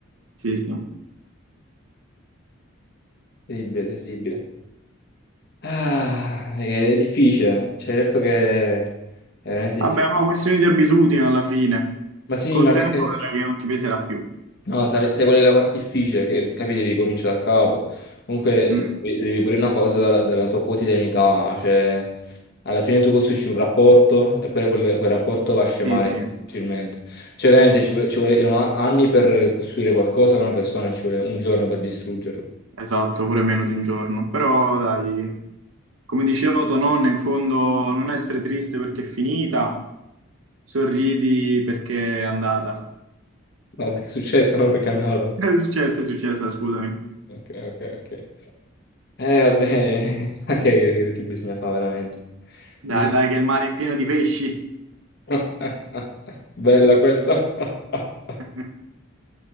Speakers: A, on the right; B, on the left.
A: sì, sì.
B: Terribile, terribile. Ah, è, è difficile, cioè certo che è veramente
A: Vabbè,
B: difficile.
A: ma questione di abitudine alla fine.
B: Ma sì,
A: Col
B: ma
A: tempo
B: perché...
A: vedrai che non ti peserà più.
B: No, sai, sai qual è la parte difficile? Che capi, devi cominciare da capo. Comunque,
A: Mm,
B: devi, devi pure una cosa dalla, dalla tua quotidianità, cioè, alla fine tu costruisci un rapporto e poi quel, quel rapporto va a scemare
A: sì, sì.
B: facilmente. Cioè, veramente ci, vuole- ci vogliono anni per costruire qualcosa con una persona e ci vuole un giorno per distruggerlo.
A: Esatto, pure meno di un giorno. Però dai, come diceva tua nonna, in fondo non essere triste perché è finita, sorridi perché è andata.
B: No, perché è successo, non perché è andato.
A: <laughs> È successa, è successa, scusami.
B: Ok, ok, ok. Eh, vabbè, <laughs> ok, che, che- che bisogna fare veramente?
A: Dai,
B: Bisogna...
A: dai, che il mare è pieno di pesci.
B: <laughs> Bella questa. <laughs>
A: <laughs>